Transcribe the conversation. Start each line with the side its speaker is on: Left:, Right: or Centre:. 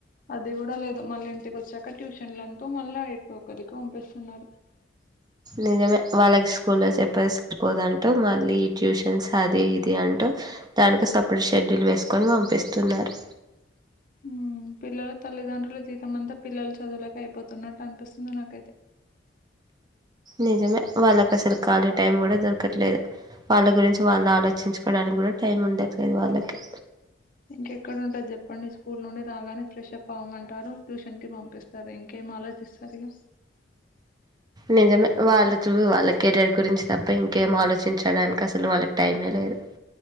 Left: అది కూడ లేదు మళ్ళి ఇంటికొ చ్చాక ట్యూషన్లంటూ మళ్ళ ఎటో ఒకదిక్కు పంపిస్తున్నారు.
Right: నిజమే వాళ్ళకి స్కూల్ లో చెప్ స్ట్రెస్ సరిపోదు అంటూ మళ్ళీ ట్యూషన్స్ అది ఇది అంటూ దానికి సపరేట్ షెడ్యూల్ వేసుకొని పంపిస్తున్నారు.
Left: మ్మ్ పిల్లల తల్లిదండ్రులు జీ తమంత పిల్లలు చదువులకే అయిపో తున్నట్టు అనిపిస్తుంది నాకైతే!
Right: నిజమే వాళ్ళకసలు కాలీ టైమ్ గూడ దొ క్కట్లేదు వాళ్ళ గురించి వాళ్ళు ఆలోచించుకోడానికి కూడ టైం ఉండట్లేదు వాళ్ళకే
Left: ఇంకెక్కడ ఉంటది చెప్పండి. స్కూల్ నుండి రాగానే ఫ్రెషప్ అవమంటారు, ట్యూషన్ కి పంపిస్తారు. ఇంకేం ఆలోచిస్తారు ఇగ
Right: నిజమే వాళ్ళు చూ వాళ్ళ కెరీయర్ గురించి తప్ప ఇంకేం ఆలోచించడానికి అసలు వాళ్ళకి టైమే లేదు.